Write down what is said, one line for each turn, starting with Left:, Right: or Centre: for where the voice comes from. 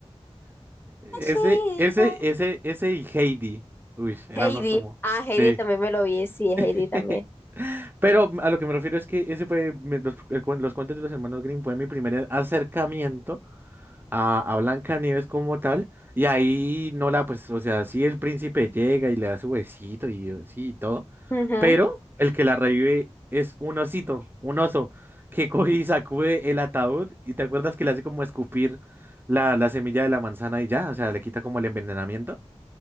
Right: Ese,
Left: Ashika.
Right: ese, ese, ese y Heidi. Uy, eran
Left: Heidi,
Right: los como,
Left: ah, Heidi
Right: sí.
Left: también me lo vi, sí, Heidi
Right: <laughs>
Left: también.
Right: Pero a lo que me refiero es que ese fue, me- los, el cuen- los cuentos de los hermanos Grimm fue mi primer acercamiento a, a Blancanieves como tal, y ahí no la, pues, o sea, sí el príncipe llega y le da su besito y eh, sí y todo,
Left: Ujú.
Right: pero el que la revive es un osito, un oso, que <laughs> coge y sacude el ataúd, y te acuerdas que le hace como escupir la, la semilla de la manzana y ya, o sea, le quita como el envenenamiento.